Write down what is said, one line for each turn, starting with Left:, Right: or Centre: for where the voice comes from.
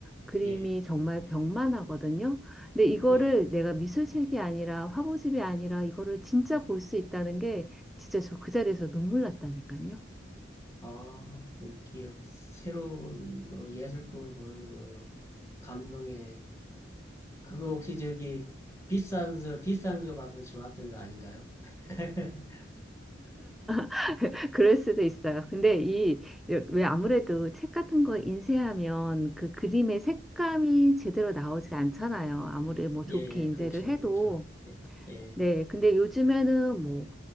Centre: 그림이
Left: 예,
Centre: 정말 벽만 하거든요. 근데 이거를
Left: 예.
Centre: 내가 미술책이 아니라 화보집이 아니라 이거를 진짜 볼 수 있다는 게 진짜 저 그 자리에서 눈물 났다니까요.
Left: 아, 그 기억, 새로운 그 예술품을 보는 그 감동의 그거 혹시 저기 비싼 서 비싼 거 봐서 좋았던 거 아닌가요? <laughs>
Centre: <laughs> 그럴 수도 있어요. 근데 이, 왜 아무래도 책 같은 거 인쇄하면 그 그림의 색감이 제대로 나오지 않잖아요. 아무리 뭐 좋게
Left: 예, 예,
Centre: 인쇄를
Left: 그렇죠,
Centre: 해도.
Left: 그렇죠. 예, 예,
Centre: 네. 근데 요즘에는 뭐